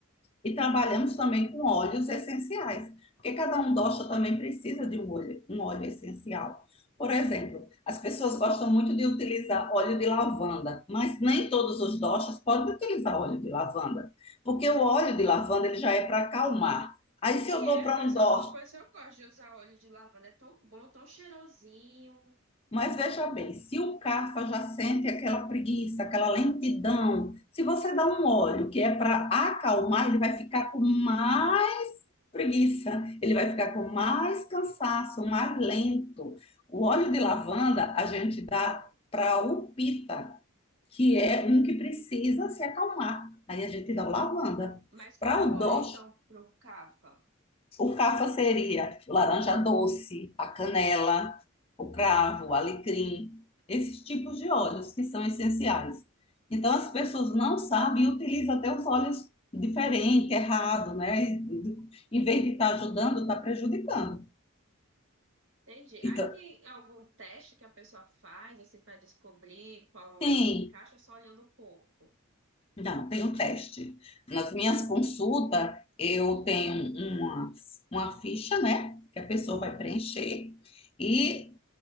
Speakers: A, on the left; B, on the right.
A: E trabalhamos também com óleos essenciais, porque cada um dosha também precisa de um óleo, um óleo essencial. Por exemplo, as pessoas gostam muito de utilizar óleo de lavanda, mas nem todos os doshas podem utilizar óleo de lavanda, porque o óleo de lavanda ele já é para acalmar. Aí se
B: E
A: eu dou
B: é,
A: para
B: pois
A: um dosha,
B: eu, eu- pois eu gosto de usar óleo de lavanda, é tão bom, tão cheirosinho.
A: mas veja bem, se o Kapha já sente aquela preguiça, aquela lentidão, se você dá um óleo que é para acalmar, ele vai ficar com mais preguiça. Ele vai ficar com mais cansaço, mais lento. O óleo de lavanda a gente dá para o pita, que é um que precisa se acalmar. Aí a gente dá o lavanda.
B: Mas
A: Para
B: qual é
A: o
B: o
A: dó
B: óleo então pro cafa?
A: o cafa seria laranja doce, a canela, o cravo, o alecrim, esses tipos de óleos que são essenciais. Então, as pessoas não sabem e utilizam até os óleos diferente, errado, né? Em vez de estar ajudando, está prejudicando.
B: Entendi.
A: Então,
B: Aí tem algum teste que a pessoa faz, assim, para descobrir qual
A: sim,
B: ela se encaixa, só olhando o corpo.
A: não, tem um teste. Nas minhas consultas, eu tenho uma, uma ficha, né? Que a pessoa
B: Uhum,
A: vai preencher. E